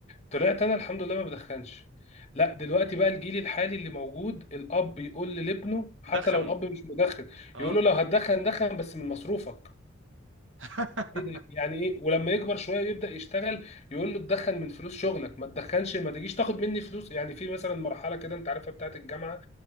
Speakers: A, on the left; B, on the right.
A: طلعت انا الحمد لله ما بدخنش لا دلوقتي بقى الجيل الحالي اللي موجود الاب يقول لابنه حتى
B: ده خم
A: لو الاب مش مدخن
B: اه
A: يقول له لو هتدخن دخن بس من مصروفك
B: <laughs>
A: ايه ده يعني ايه ولما يكبر شويه ويبدا يشتغل يقول له تدخن من فلوس شغلك ما تدخنش ما تجيش تاخد مني فلوس يعني في مثلا مرحله كده انت عارفها بتاعت الجامعه